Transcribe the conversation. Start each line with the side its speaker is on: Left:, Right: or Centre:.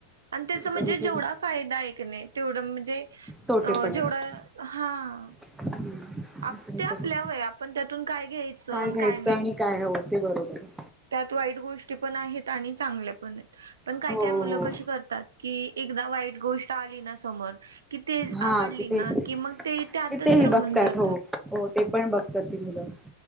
Right: आणि त्याचं म्हणजे
Centre: कधी
Right: जेवढा
Centre: कधी
Right: फायदा आहे किनाय तेवढं म्हणजे.
Centre: तोटे
Right: अं
Centre: पण आहेत.
Right: जेवढं हां
Centre: <inaudible>
Right: आप ते आपल्यावयात
Centre: कधी
Right: आपण त्यातून काय घ्यायचं अन्
Centre: घ्यायचं
Right: काय नाय.
Centre: आणि काय होत ते बरोबर
Right: त्यात वाईट गोष्टीपण आहेत आणि चांगल्यापणेत. पण काही
Centre: हो,
Right: काय
Centre: हो.
Right: मुलं कशी करतात की एकदा वाईट गोष्ट आलीना समोर, की तेज
Centre: हां
Right: आवडली
Centre: ते
Right: ना कि मग ते त्यातच
Centre: कि तेही
Right: रमून
Centre: बघतात
Right: जातात.
Centre: हो. हो तेपण बरोबर प्रति मुलं